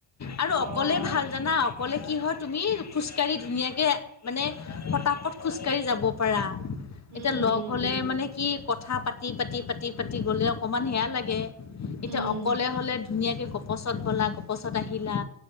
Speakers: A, on the left (about 35°); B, on the right (about 65°).
A: আৰু
B: অ'
A: অকলেই ভাল জানা অকলে কি হয় তুমি খোজকাঢ়ি ধুনীয়াকৈ মানে পতা পত খোজকাঢ়ি যাব পাৰা এতিয়া
B: উম
A: লগ
B: উম
A: হ'লে
B: উম
A: মানে কি কথা পাতি পাতি পাতি পাতি গ'লে অকমান সেয়া লাগে। এতিয়া
B: উম
A: অকলে হলে ধুনীয়াকে গপচত গলা গপচত আহিলা।